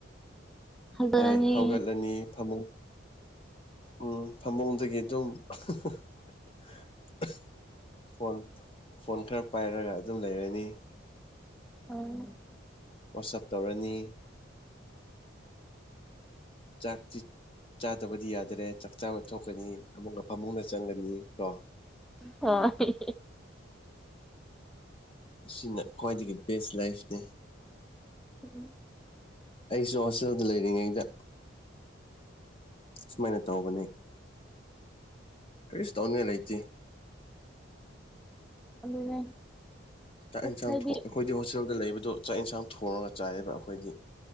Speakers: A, in the centre; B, on the left.
A: ꯐꯖꯔꯅꯤ
B: ꯍꯣꯏ ꯍꯧꯒꯠꯂꯅꯤ ꯐꯃꯨꯡ ꯎꯝ ꯐꯃꯨꯡꯗꯒꯤ ꯑꯗꯨꯝ <unintelligible> ꯐꯣꯟ ꯐꯣꯟ ꯈꯔ ꯄꯥꯏꯔꯒ ꯑꯗꯨꯝ ꯂꯩꯔꯅꯤ
A: ꯎꯝ
B: ꯋꯥꯆꯞ ꯇꯧꯔꯅꯤ ꯆꯥꯛꯇꯤ ꯆꯥꯗꯕꯗꯤ ꯌꯥꯗ꯭ꯔꯦ ꯆꯥꯛ ꯆꯥꯕ ꯊꯣꯛꯀꯅꯤ ꯑꯃꯨꯛ ꯀꯥ ꯐꯃꯨꯡꯗ ꯆꯪꯒꯅꯤ ꯀꯣ
A: ꯍꯣꯏ
B: ꯑꯁꯤꯅ ꯈ꯭ꯋꯥꯏꯗꯒꯤ ꯕꯦꯁ ꯂꯥꯏꯐꯅꯤ
A: ꯎꯝ
B: ꯑꯩꯖꯨ ꯍꯣꯁꯇꯦꯜꯗ ꯂꯩꯔꯤꯉꯩꯗ ꯁꯨꯃꯥꯏꯅ ꯇꯧꯕꯅꯦ ꯀ꯭ꯔꯤꯁꯨ ꯇꯧꯅꯤꯉꯥꯏ ꯂꯩꯇꯦ
A: ꯑꯗꯨꯅꯦ
B: ꯆꯥꯛ
A: ꯉꯁꯥꯏꯗꯤ
B: ꯌꯦꯟꯁꯥꯡ ꯑꯩꯈꯣꯏꯗꯤ ꯍꯣꯁꯇꯦꯜꯗ ꯂꯩꯕꯗꯣ ꯆꯥꯛ ꯌꯦꯟꯁꯥꯡ ꯊꯣꯡꯉꯒ ꯆꯥꯏꯌꯦꯕ ꯑꯩꯈꯣꯏꯗꯤ